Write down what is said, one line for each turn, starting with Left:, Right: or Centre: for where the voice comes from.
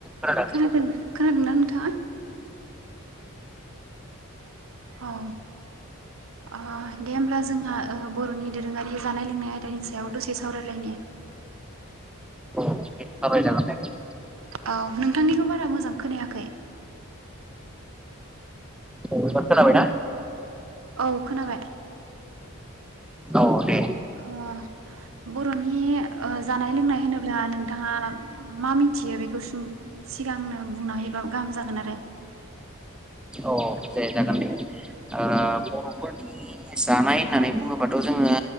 Centre: खोनादों?
Right: खोनादोना-खोनादोंना नों थाङा औ अ दे होमब्ला जोंहा बर'नि दोरोङारि जानाय लोंनाय आयदानि सायाव दसे सावरायलायनि
Centre: औ सावरायजागोनदे
Right: औ नोंथांनिखौ बारा मोजां खोनायाखै
Centre: औ खोनाबायना
Right: औ खोनाबाय
Centre: औ दे
Right: ओ बर'नि अ जानाय लोंनाय होनोब्ला नों थाङा मा मिथियो बेखौ सिगांनो बुंना होायोबा गाहाम जागोन आरो।
Centre: औ जे जागोन दे ओ बर'फोरनि जानाय होननानै
Right: औ
Centre: बुङोबाथ' जोङो